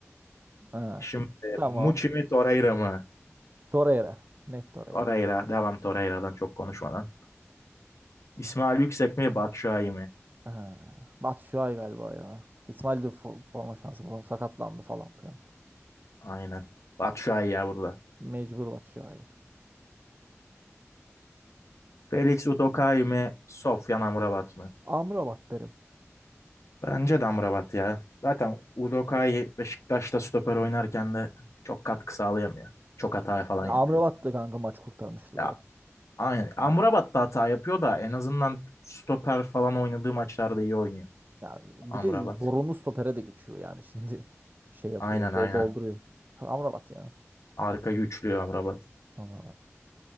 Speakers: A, on the right; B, on the left.
A: Ha.
B: Şimdi
A: Tamam.
B: Muçi mi Torreira mı?
A: Torreira. Net Torreira.
B: Torreira. Devam Torreira'dan çok konuşmadan. İsmail Yüksek mi Batshuayi mi?
A: Ha, Batshuayi galiba ya. İsmail de fo- forma şansı bulamadı. Sakatlandı falan filan.
B: Aynen. Batshuayi ya burada.
A: Mecbur Batshuayi.
B: Felix Udokai mi Sofyan Amrabat mı?
A: Amrabat derim.
B: Bence de Amrabat ya. Zaten Udokai Beşiktaş'ta stoper oynarken de çok katkı sağlayamıyor. Çok hata falan
A: Ya
B: yapıyor.
A: Amrabat da kanka maç kurtarmışlığı
B: Ya
A: var.
B: aynen. Amrabat
A: Hı.
B: da hata yapıyor da en azından stoper falan oynadığı maçlarda iyi oynuyor
A: Ya bir
B: Amrabat.
A: de zorunlu stopere de geçiyor yani <laughs> şimdi şey yapıyor
B: Aynen
A: dol
B: aynen.
A: dolduruyor. Amrabat ya.
B: Arka güçlüyor Amrabat.
A: Amrabat.